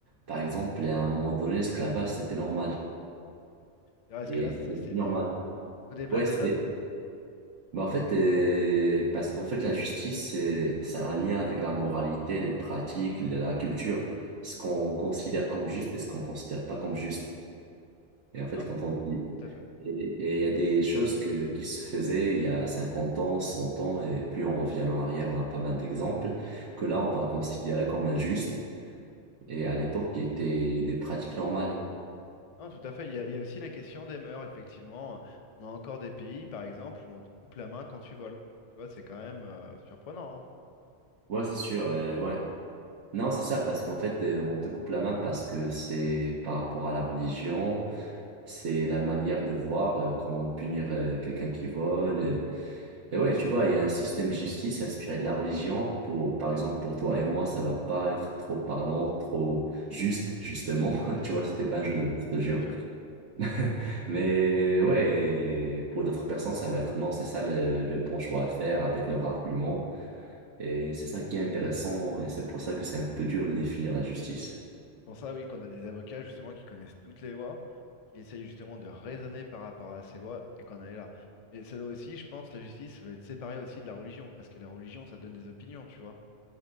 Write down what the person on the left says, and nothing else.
C'est-à-dire, Est-ce
que là, c'est...
c'est
une- Co-développe,
développe? développe?
Non,
tout à fait.
Non, tout à fait. Il y a, il y a aussi la question des mœurs, effectivement. On a encore des pays, par exemple, où on te coupe la main quand tu voles. Tu vois, c'est quand même euh, surprenant, hein.
Hmm.
Tout
à fait.
C'est pour ça, oui, qu'on a des avocats justement qui connaissent toutes les lois, qui essayent justement de raisonner par rapport à ces lois et qu'on en est là. Mais ça doit aussi, je pense, la justice doit être séparée aussi de la religion, parce que la religion, ça donne des opinions, tu vois.